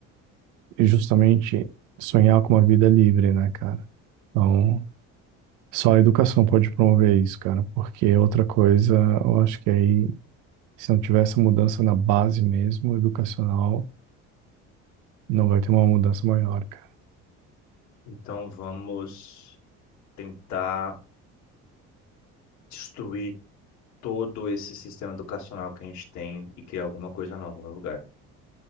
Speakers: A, on the right; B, on the left.
A: justamente sonhar com uma vida livre, né, cara? Então, só a educação pode promover isso, cara, porque outra coisa, eu acho que aí, se não tiver essa mudança na base mesmo, educacional, não vai ter uma mudança maior, cara.
B: Então vamos tentar destruir todo esse sistema educacional que a gente tem e criar alguma coisa nova no lugar.